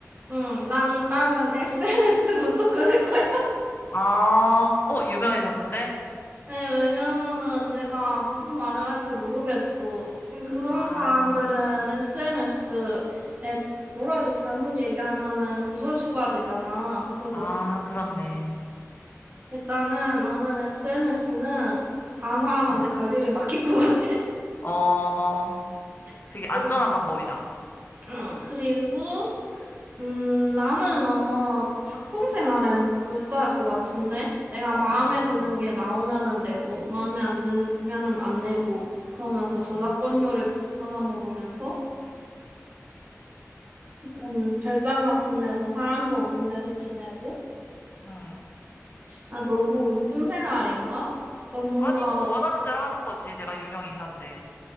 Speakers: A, on the right; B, on the left.
A: 응 난 일단은 SNS부터 끊을 거야.
B: 아, 어, 유명해졌는데?
A: 네, 왜냐면은 내가 무슨 말을 할지 모르겠어. 음, 그런
B: 아,
A: 사람들은 SNS에 뭐라도 잘못 얘기하면은 구설수가 되잖아. 그래가지고
B: 아, 그렇네.
A: 일단은 나는 SNS는 다른 사람한테
B: 응.
A: 관리를 맡길 것 같아.
B: 어,
A: <laughs>
B: 되게 안전한 방법이다.
A: 응, 그리고 음, 나는 아마 작품 생활에 목- 몰두할 것 같은데? 내가 마음에
B: 음,
A: 드는 게 나오면은 내고, 마음에 안 드면은 안 내고, 그러면서
B: 음,
A: 저작권료를 받아먹으면서, 음, 별장 같은 데서 사람도 없는 데서 지내고,
B: 음.
A: 아, 너무 운둔 생활인가? 난 뭔가,
B: 아니, 뭐, 원하는 대로 하는 거지. 내가 유명 인사인데.